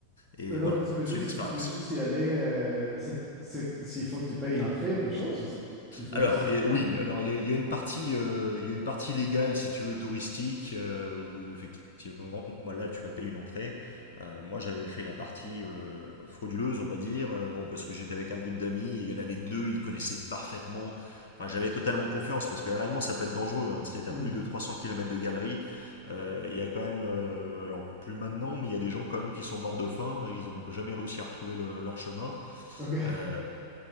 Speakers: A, on the left (about 50°); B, in the centre.
A: et
B: mais donc,
A: voilà.
B: tu
A: Bon,
B: peux juste,
A: c'est une expérience.
B: tu peux juste y aller. euh, c'est, c'est, est-ce qu'il faut que tu payes l'entrée ou quelque chose ou c'est- tu fais
A: Alors
B: juste
A: et-
B: y
A: oui,
B: aller?
A: alors il y a, il y a une partie, euh, il y a une partie légale si tu veux touristique euh, où effectivement, bah, là tu vas payer une entrée. Euh, moi j'avais fait la partie euh, frauduleuse, on va dire, euh, bon parce que j'étais avec un groupe d'amis, il y en avait deux, ils connaissaient parfaitement. Enfin j'avais totalement confiance parce que réellement ça peut être dangereux. Hein. Tu sais, t'as
B: Hmm.
A: plus de 300 km de galerie, Euh, il y a quand même, euh, alors plus maintenant, mais il y a des gens quand même qui sont morts de faim et ils ont jamais réussi à retrouver le- leur chemin.
B: Ok.
A: Euh,